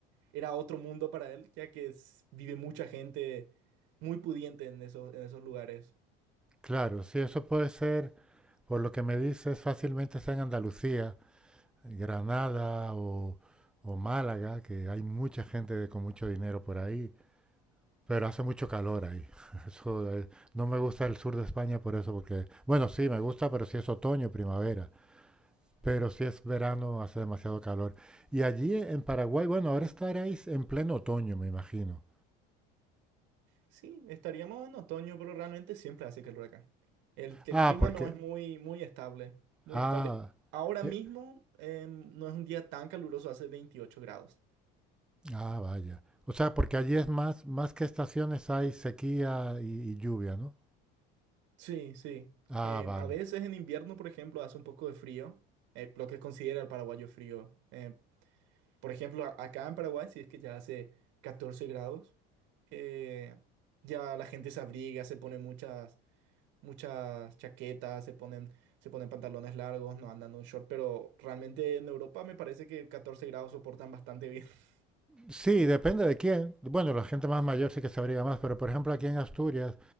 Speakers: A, on the right; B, in the centre.
A: era otro mundo para él, ya que es- vive mucha gente muy pudiente en esos, en esos lugares.
B: Claro, sí, eso puede ser, por lo que me dices, fácilmente está en Andalucía, Granada o, o Málaga, que hay mucha gente con mucho dinero por ahí, pero hace mucho calor ahí. <laughs> Eso, eh, no me gusta el sur de España por eso, porque, bueno, sí, me gusta, pero si es otoño, primavera, pero si es verano, hace demasiado calor. Y allí en Paraguay, bueno, ahora estaréis en pleno otoño, me imagino.
A: Sí, estaríamos en otoño, pero realmente siempre hace calor acá. El, el
B: Ah,
A: clima
B: porque,
A: no es muy, muy estable, muy
B: ah,
A: estable. Ahora
B: e-
A: mismo em, no es un día tan caluroso, hace 28 grados.
B: Ah, vaya. O sea, porque allí es más, más que estaciones hay sequía y, y lluvia, ¿no?
A: Sí, sí.
B: Ah,
A: Em,
B: vale.
A: a veces en invierno, por ejemplo, hace un poco de frío, eh, lo que considera el paraguayo frío. Eh, Por ejemplo, a- acá en Paraguay, si es que ya hace 14 grados, eh, ya la gente se abriga, se pone muchas, muchas chaquetas, se ponen, se ponen pantalones largos, no andan en un short, pero realmente en Europa me parece que 14 grados soportan bastante bien. <laughs>
B: Sí, depende de quién. Bueno, la gente más mayor sí que se abriga más, pero por ejemplo aquí en Asturias,